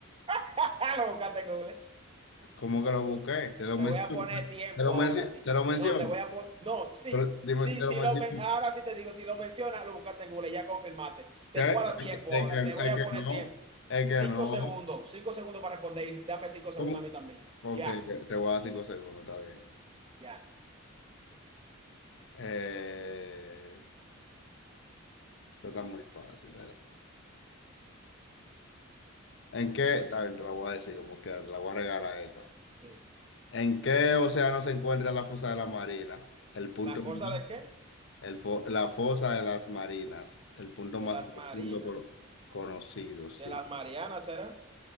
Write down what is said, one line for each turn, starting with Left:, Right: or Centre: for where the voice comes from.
Right: <laughs> Lo buscaste en Google.
Left: ¿Cómo que lo busqué? Te lo
Right: Te
Left: menciono.
Right: voy a poner tiempo
Left: Te lo menciono.
Right: ahora a ti.
Left: Te lo menciono.
Right: No, te voy a poner. No, sí,
Left: Pero dime
Right: sí,
Left: si te
Right: sí
Left: lo menciono.
Right: lo men- ahora sí te digo, si lo mencionas, lo buscaste en Google, ya confirmaste. Te
Left: ¿Qué?
Right: guarda
Left: Es
Right: tiempo
Left: que, es
Right: ahora,
Left: que,
Right: te voy
Left: es
Right: a
Left: que
Right: poner
Left: no.
Right: tiempo.
Left: Es
Right: Cinco
Left: que no.
Right: segundos, cinco segundos para responder y dame cinco segundos
Left: ¿Cómo?
Right: a mí también.
Left: Ok,
Right: Ya,
Left: te voy a dar cinco segundos, está bien.
Right: ya.
Left: Eh, esto
Right: Ujú,
Left: está muy fácil. ¿En qué? Está bien, te la voy a decir como que la voy a regalar esta.
Right: sí.
Left: ¿En qué océano se encuentra la fosa de la marina? El punto
Right: ¿La fuerza
Left: más,
Right: de qué?
Left: el fo- la fosa de las marinas, el punto
Right: De
Left: más
Right: las
Left: profundo
Right: marinas.
Left: cono- conocido, sí.
Right: De las Marianas será.